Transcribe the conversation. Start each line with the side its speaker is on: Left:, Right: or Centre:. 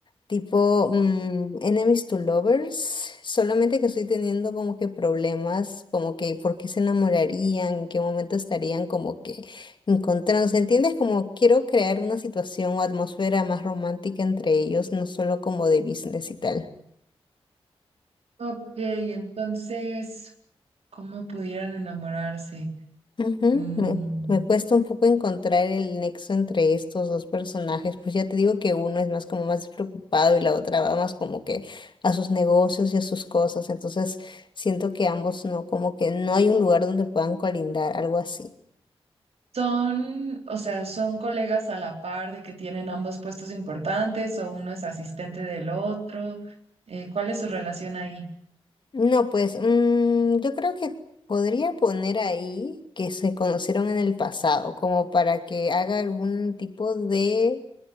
Left: tipo mm, enemies to lovers, solamente que estoy teniendo como que problemas, como que por qué se enamorarían, en qué momento estarían como que encontrándose, ¿entiendes? Como quiero crear una situación o atmósfera más romántica entre ellos, no solo como de business y tal.
Right: Ok, entonces, ¿cómo pudieran enamorarse?
Left: Ujú,
Right: Mm,
Left: Me, me cuesta un poco encontrar el nexo entre estos dos personajes, pues ya te digo que uno es más como más despreocupado y la otra va más como que a sus negocios y a sus cosas, entonces siento que ambos no, como que no hay un lugar donde puedan colindar, algo así.
Right: son, o sea, son colegas a la par de que tienen ambos puestos importantes o uno es asistente del otro. Eh, ¿cuál es su relación ahí?
Left: No, pues mm, yo creo que podría poner ahí que se conocieron en el pasado, como para que haga algún tipo de